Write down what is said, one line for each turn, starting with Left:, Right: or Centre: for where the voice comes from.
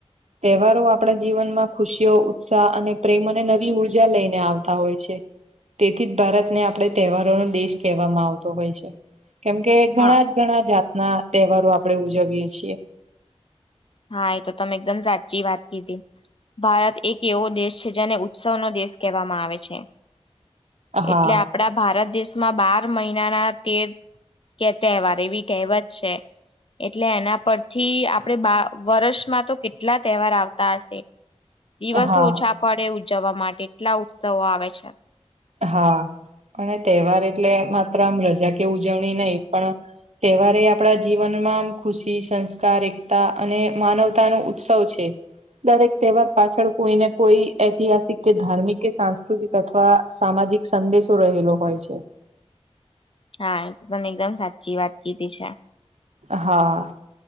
Right: તહેવારો આપણે જીવન માં ખુશીઓ ઉત્સાહ અને પ્રેમ અને નવી ઉર્જા લઈને આવતા હોય છે તેથી જ ભારતને આપડણે તહેવારોનોો દેશ કહેવામાં આવતો હોય છે. કેમકે ઘણા
Left: હા
Right: જ ઘણા જાતના તહેવારો આપણે ઉજવીય છીએ.
Left: હા એ તો તમે એકદમ સાચી વાત કીધી. ભારત એક એવો દેશ છે જેને ઉત્સવનોો દેશ કહેવામાં આવે છે.
Right: હા
Left: એટલે આપણા ભારત દેશમાં બાર મહિનાના તેર કે તહેવાર એવી કહેવત છે એટલે એના પરથી આપણેે બા વર્ષમાં તો કેટલા તહેવાર આવતા હશે દિવસો
Right: હા
Left: ઓછા. પડે ઉજવવા માટે એટલા ઉત્સવો આવે છે.
Right: હા અને તહેવાર એટલે માત્ર આમ રજા કે ઉજવણી નહી પણ તહેવારે આપણા જીવનમાં ખુશી સંસ્કાર એકતા અને માનવતા ન ઉત્સવ છે. દરેક તહેવાર પાછળ કોઈને કોઈ ઐતિહાસિક કે ધાર્મિક કે સાંસ્કૃતિક અથવા સામાજિક સંદેશો રહેલો હોય છે.
Left: હા એ તો તમે એકદમ સાચી વાત કીધી છે.
Right: હા